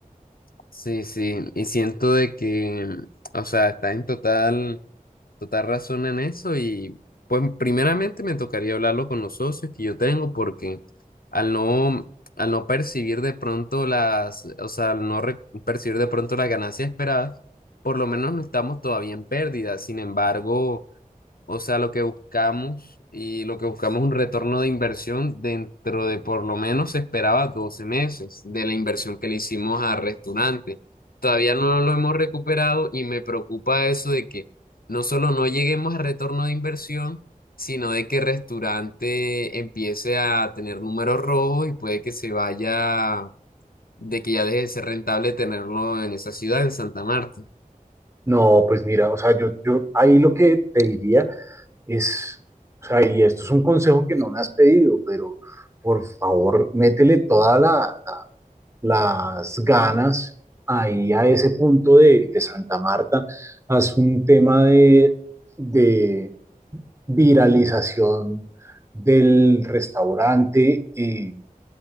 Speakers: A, on the left (about 80°); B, on the right (about 20°).
A: sí, sí, y siento de que, o sea, está en total total razón en eso y pues primeramente me tocaría hablarlo con los socios que yo tengo porque al no, al no percibir de pronto las, o sea, al no re- percibir de pronto las ganancias esperadas, por lo menos no estamos todavía en pérdida. Sin embargo, o sea, lo que buscamos y lo que buscamos es un retorno de inversión dentro de por lo menos se esperaba 12 meses de la inversión que le hicimos al restaurante. Todavía no lo hemos recuperado y me preocupa eso de que no solo no lleguemos a retorno de inversión, sino de que el restaurante empiece a tener números rojos y puede que se vaya, de que ya deje de ser rentable tenerlo en esa ciudad, en Santa Marta.
B: No, pues mira, o sea, yo, yo ahí lo que te diría es, o sea, y esto es un consejo que no me has pedido, pero por favor, métele todas la- la- las ganas ahí a ese punto de, de Santa Marta. Haz un tema de, de viralización del restaurante. eh,